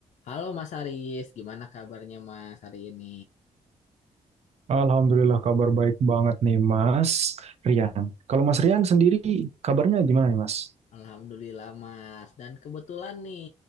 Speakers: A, on the left; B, on the right.
A: Halo Mas Haris, gimana kabarnya Mas hari ini?
B: Alhamdulillah kabar baik banget nih Mas Rian. Kalau Mas Rian sendiri kabarnya gimana nih Mas?
A: Alhamdulillah Mas. Dan kebetulan nih